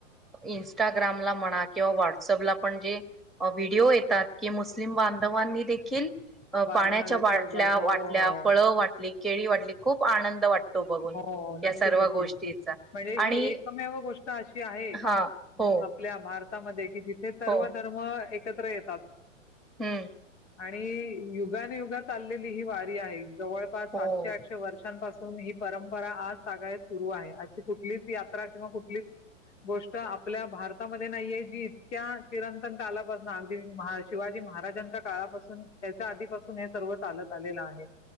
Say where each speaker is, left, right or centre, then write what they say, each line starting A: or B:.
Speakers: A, in the centre; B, on the left.
A: इंस्टाग्रामला म्हणा किंवा व्हॉट्सअपला पण जे व्हिडिओ येतात की मुस्लिम बांधवांनी देखील अ.,
B: वारीमध्ये
A: पाण्याच्या बाटल्या
B: सहभाग हो,
A: वाटल्या
B: हो.
A: फळं वाटली. केळी वाटली, खूप आनंद वाट तो, बघून
B: हो,
A: या
B: नक्की,
A: सर्व
B: नक्की.
A: गोष्टीचा
B: म्हणजे ही
A: आणि-
B: एकमेव गोष्ट अशी आहे
A: हा हो
B: आपल्या भारतात भारतामध्ये. जिथे सर्व
A: हो
B: धर्म एक- एकत्र येतात.
A: हम्म
B: आणि युगाने युगात. चाललेली ही वारी आहे. जवळपास
A: हो
B: सातशे-आठशे वर्षांपासून. <unintelligible> परंपरा आज सांगायच. सुरू आहे अशी कुठलीच. यात्रा किंवा कुठलीच गोष्ट आपल्या भारतामध्ये नाही हाय. इतक्या चिरंतन कालात. बग ना अगदी शिवाजी महाराजांच्या काळापासून त्याच्या आधीपासून हे सर्व चालत आलेलं आहे.